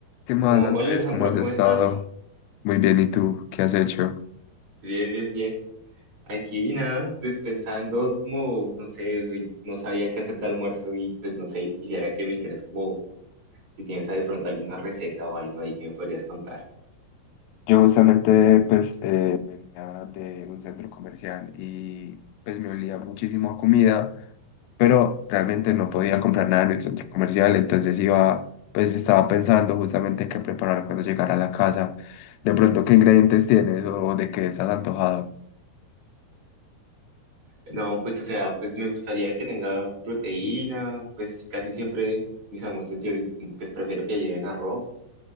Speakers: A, on the left; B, on the right.
A: ¿Qué más,
B: Como,
A: Andrés?
B: hola Alejandro,
A: ¿Cómo has
B: ¿cómo
A: estado?
B: estás?
A: Muy bien, ¿y tú? ¿Qué has hecho?
B: Bien, bien, bien. Aquí nada, pues pensando como, no sé, uy, no sabía qué hacer de almuerzo y pues no sé, quisiera que me dijeras como si tienes ahí de pronto alguna receta o algo ahí que me podrías contar.
A: Yo justamente pues eh, venía de un centro comercial y pues me olía muchísimo a comida, pero realmente no podía comprar nada en el centro comercial, entonces iba, pues estaba pensando justamente qué preparar cuando llegara a la casa. De pronto, ¿qué ingredientes tienes o de qué estás antojado?
B: No, pues o sea, pues me gustaría que tenga proteína, pues casi siempre mis almuerzos yo pues prefiero que lleven arroz.